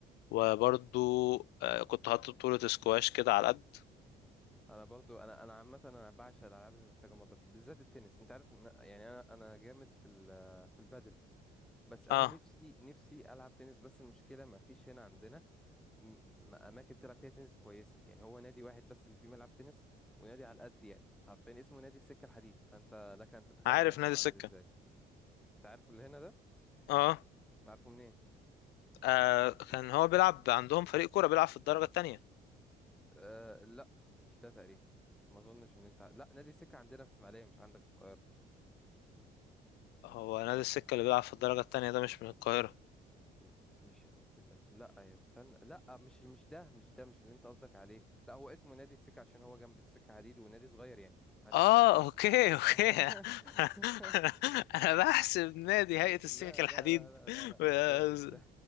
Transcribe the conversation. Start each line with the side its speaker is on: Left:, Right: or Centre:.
Left: وبرضو آه... كنت حاطط بطوله سكواش كده على قد
Centre: انا برضو انا انا عامه انا بعشق الالعاب اللي محتاجه مضرب بالذات التنس انت عارف إن يعني انا انا جامد في ال- في البادل بس انا
Left: اه
Centre: نفسي نفسي العب تنس بس المشكله ما فيش هنا عندنا م- م- اماكن تلعب فيها تنس كويسه يعني هو نادي واحد بس اللي فيه ملعب تنس ونادي على قد يعني حرفيا اسمه نادي السكه الحديد فانت لك ان تتخيل
Left: عارف
Centre: يعني
Left: نادي
Centre: هو عامل
Left: سكه
Centre: ازاي انت عارفه اللي هنا ده
Left: اه
Centre: عارفه منين
Left: آه كان هو بيلعب عندهم فريق كورة بيلعب في الدرجة التانية
Centre: أه لا مش ده تقريبا ما اظنش ان انت ع- لا نادي السكه عندنا في اسماعيليه مش عندك في القاهره
Left: هو نادي
Centre: هو
Left: السكة اللي بيلعب في الدرجة التانية ده مش من القاهرة
Centre: م- مش إيه ده لا يا استنى لا مش مش ده مش ده مش اللي انت قصدك عليه لا هو اسمه نادي السكة عشان هو جنب السكة حديد ونادي صغير يعني محدش
Left: اه
Centre: يعرفه يعني
Left: اوكي اوكي
Centre: اه <laughs>
Left: <laughs> انا بحسب نادي هيئة
Centre: لا
Left: السكك الحديد
Centre: لا لا لا لا لا
Left: <laughs>
Centre: مش ده مش ده